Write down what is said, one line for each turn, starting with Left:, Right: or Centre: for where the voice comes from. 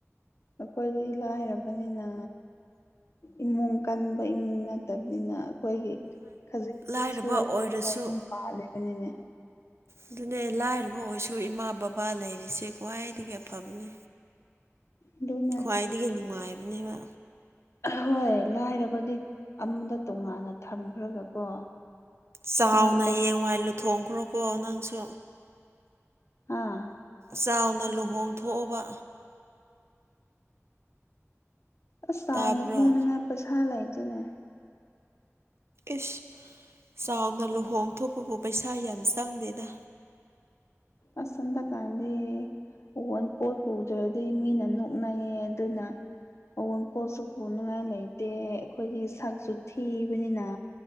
Left: ꯑꯩꯈꯣꯏꯗꯤ ꯂꯥꯏꯔꯕꯅꯤꯅ ꯏꯃꯨꯡ ꯀꯟꯕ ꯏꯃꯨꯡ ꯅꯠꯇꯕꯅꯤꯅ ꯑꯩꯈꯣꯏꯒꯤ ꯈꯖꯤꯛ ꯈꯖꯤꯛ
Right: ꯂꯥꯏꯔꯕ
Left: ꯁꯨꯔꯛꯄꯗꯨꯅ
Right: ꯑꯣꯏꯔꯁꯨ
Left: ꯌꯨꯝ ꯄꯥꯜꯂꯤꯕꯅꯤꯅꯦ
Right: ꯑꯗꯨꯅꯦ ꯂꯥꯏꯔꯕ ꯑꯣꯏꯔꯁꯨ ꯏꯃꯥ ꯕꯕꯥ ꯂꯩꯔꯤꯁꯦ ꯈ꯭ꯋꯥꯏꯗꯒꯤ ꯐꯕꯅꯦ
Left: ꯑꯗꯨꯃ
Right: ꯈ꯭ꯋꯥꯏꯗꯒꯤ ꯅꯨꯡꯉꯥꯏꯕꯅꯦꯕ
Left: ꯍꯣꯏ ꯂꯥꯏꯔꯕꯗꯤ ꯑꯃꯗ ꯇꯣꯉꯥꯟꯅ ꯊꯝꯈ꯭ꯔꯒꯀꯣ
Right: ꯆꯥꯎꯅ
Left: ꯏꯃꯥ ꯕꯕꯥ
Right: ꯍꯌꯦꯡꯋꯥꯏ ꯂꯨꯊꯣꯛꯈ꯭ꯔꯣꯀꯣ ꯅꯪꯁꯨ
Left: ꯑꯥ
Right: ꯆꯥꯎꯅ ꯂꯨꯍꯣꯡ ꯊꯣꯛꯑꯣꯕ
Left: ꯑꯁ ꯇꯥꯎꯅ
Right: ꯇꯥꯕ꯭ꯔꯣ
Left: ꯍꯣꯡꯅꯤꯡꯉꯥꯏ ꯄꯩꯁꯥ ꯂꯩꯗꯤꯅꯦ
Right: ꯏꯁ ꯆꯥꯎꯅ ꯂꯨꯍꯣꯡ ꯊꯣꯛꯄꯕꯨ ꯄꯩꯁꯥ ꯌꯥꯝ ꯆꯪꯗꯦꯗ
Left: ꯑꯁꯟꯗ ꯀꯥꯟꯗꯦ ꯑꯣꯣꯟ ꯄꯣꯠ ꯄꯨꯗ꯭ꯔꯗꯤ ꯃꯤꯅ ꯅꯣꯛꯅꯩꯌꯦ ꯑꯗꯨꯅ ꯑꯋꯣꯟꯄꯣꯠꯁꯨ ꯄꯨꯅꯤꯡꯉꯥꯏ ꯂꯩꯇꯦ ꯑꯩꯈꯣꯏꯗꯤ ꯁꯛꯁꯨ ꯊꯤꯕꯅꯤꯅ